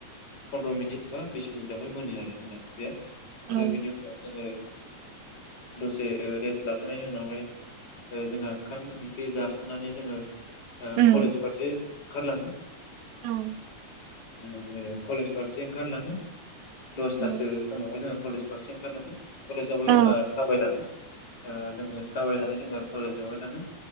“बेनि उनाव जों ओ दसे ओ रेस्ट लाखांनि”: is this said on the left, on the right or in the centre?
Left